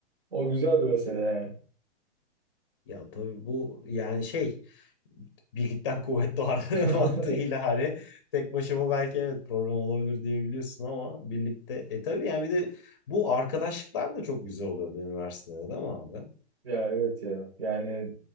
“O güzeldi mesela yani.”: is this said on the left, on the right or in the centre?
Right